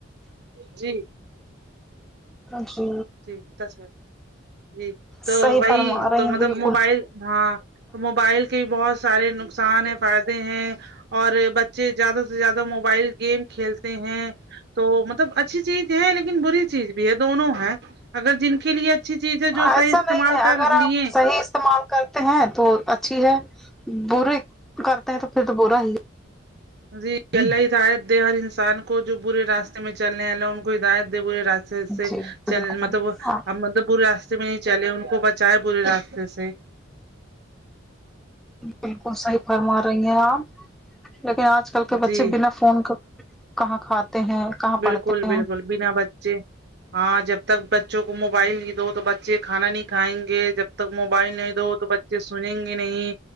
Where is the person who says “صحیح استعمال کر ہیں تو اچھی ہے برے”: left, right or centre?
Centre